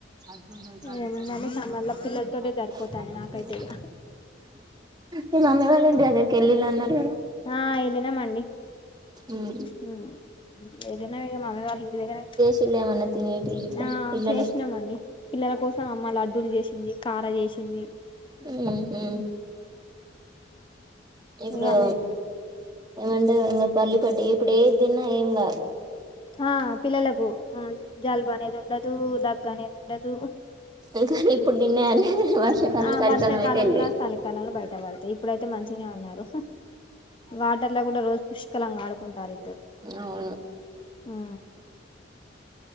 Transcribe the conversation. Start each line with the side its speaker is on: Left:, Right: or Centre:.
Right: హస్బె చ క
Left: ఏముందని
Right: క క
Left: మళ్ళ
Right: క
Left: పిల్లలతోటే సరిపోతుంది
Right: మ <unintelligible>
Left: నాకైతే ఇక
Right: మీ మమ్మీ వాళ్ళు ఇంటి దగ్గరికి వెళ్ళినా అన్నారు కదా
Left: ఆ వెళ్ళినమండి
Right: ఉమ్
Left: ఉమ్ ఏదనా ఇగ మల్లా అడగాలి ఇంటి దగ్గర
Right: పిల్లలు ఏవీ తినేటి
Left: ఆ
Right: పిల్లలకు
Left: చేసినామండి పిల్లల కోసం అమ్మ లడ్డూలు చేసింది కార చేసింది
Right: ఉమ్ హ ఇప్పుడు
Left: ఇక అవి
Right: ఏమంటారు పల్లిపట్టి ఇప్పుడు ఏది దిన్నా ఏం కాదు
Left: ఆ పిల్లలకు జలుబు అనేది ఉండదు దగ్గు అనేది ఉండదు
Right: ఏం కాదు ఏప్పుడు తిన్నా కానీ వర్షాకాలం
Left: ఆ
Right: చలికాలం
Left: వర్షాకాలంలో
Right: అయితే వెళ్తాయి
Left: చలికాలంలో బయట పడతాయి ఇప్పుడైతే మంచిగా ఉన్నరు వాటర్ లో కూడా రోజు పుష్టి శుబ్రంగా ఆడుకుంటారు ఇద్దరు
Right: అవును
Left: ఆ